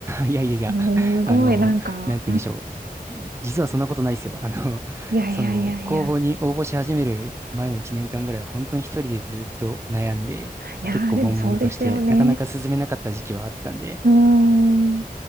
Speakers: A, on the right; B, on the right.
A: いやいやいや、
B: すごいなんか、
A: あの、
B: は
A: なんて言うんでしょう。実はそんなことないですよ。あの、
B: い。いやいやいやいや。
A: その、公募に応募し始める前の1年間ぐらいは本当に一人でずっと悩んで、
B: いやー、
A: 結構悶々として、
B: でもそうですよね。
A: なかなか進めなかった時期はあったんで、
B: うーん。